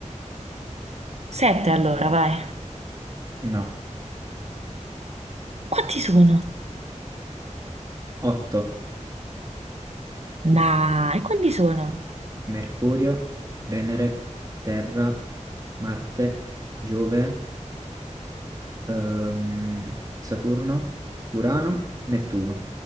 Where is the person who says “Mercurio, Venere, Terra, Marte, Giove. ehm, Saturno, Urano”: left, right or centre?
Right